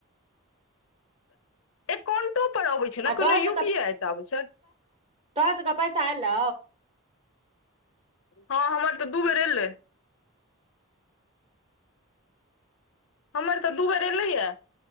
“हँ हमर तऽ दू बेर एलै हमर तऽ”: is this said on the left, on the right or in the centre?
Left